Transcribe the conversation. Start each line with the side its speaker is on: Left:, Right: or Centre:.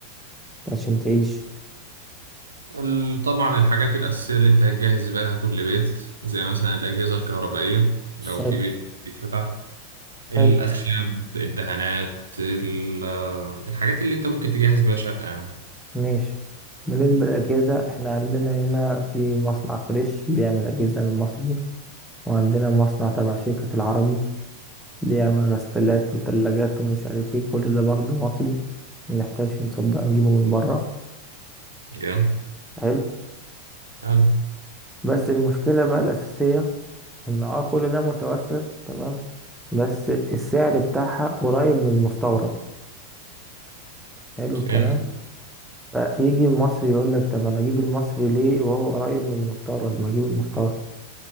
Centre: عشان تعيش
Right: ال- طبعا الحاجات الاساسيه اللي انت هتجهز بيها كل بيت زي مثلا الاجهزه الكهربائيه لو
Centre: حلو
Right: في بيت بيتفتح الاخشاب
Centre: حلو
Right: الدهانات ال- الحاجات اللي انت ممكن تجهز بيها شقه يعني
Centre: ماشي بالنسبة للأجهزة احنا عندنا هنا في مصنع فريش بيعمل أجهزة من مصري وعندنا مصنع تبع شركة العربي بيعمل غسالات وتلاجات ومش عارف ايه كل ده برضه مصري منحتاجش نصدق نجيبه من بره
Right: جامد
Centre: حلو
Right: حلو
Centre: بس المشكلة بقى الأساسية إن اه كل ده متوفر تمام بس السعر بتاعها قريب من المستورد حلو الكلام
Right: فهمت
Centre: فيجي المصري يقول لك طب انا اجيب المصري ليه وهو قريب من المستورد ما اجيب المستورد